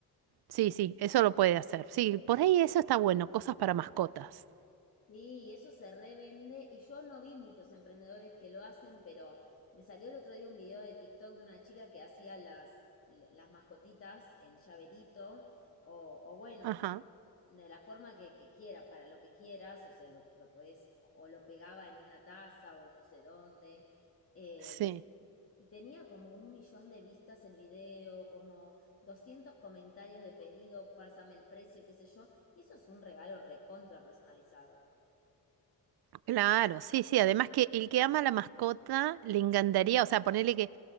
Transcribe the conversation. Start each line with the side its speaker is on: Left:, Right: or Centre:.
Right: Sí, sí, eso lo puede hacer. Sí, por ahí eso está bueno, cosas para mascotas.
Left: Sí, y eso se revende y yo no vi muchos emprendedores que lo hacen, pero me salió el otro día un video de TikTok de una chica que hacía las, la- las mascotitas en llaverito o, o bueno,
Right: Ajá.
Left: de la forma que, que quieras, para lo que quieras, o sea, lo, lo podés o lo pegaba en una taza o no sé dónde. Eh,
Right: Sí,
Left: y tenía como un millón de vistas el video, como 200 comentarios de pedido, pásame el precio, qué sé yo. Y eso es un regalo recontra personalizado.
Right: claro, sí, sí. Además que el que ama a la mascota le encantaría, o sea, ponerle que